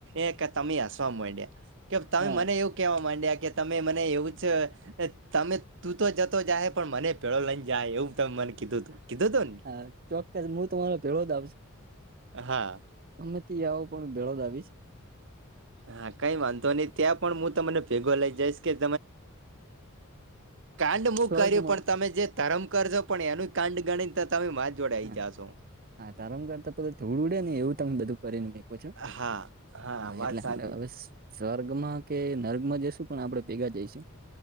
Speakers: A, on the right (about 60°); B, on the right (about 45°).
A: એ તમે હસવા માંડ્યા કે તમે
B: હા
A: મને એવું કેવા માંડ્યા કે તમે મને એવું જ એ તમે તું તો જતો જાય પણ મને પેળો લઈ જાય એવું તમે મને કીધું તું કીધું હતું ન
B: હા ચોક્કસ હું તમારો ભેળો જ આવશ
A: ને હા
B: અમે ત આવો પણ ભળદ આવીશ.
A: હા કઈ વાંધો નહી ત્યાં પણ હું તમને ભેગો લઇ જઈશ કે કાંડ મુ
B: સ્વર્ગમાં
A: કર્યું પણ તમે જે ધર્મ કરજો પણ એનું કાંડ ગણીતા તમે. જોડે આઈ
B: હા
A: જાશો.
B: હા તારમગર તો પું થોડું ઉડે ને એવું તમે બધું કરીને મકકો છો.
A: હા હા વાત
B: એટલે
A: સા
B: આપડે હવે સ્વર્ગમાં કે નર્ગમાં જશું પણ આપડણે ભેગા જઈશું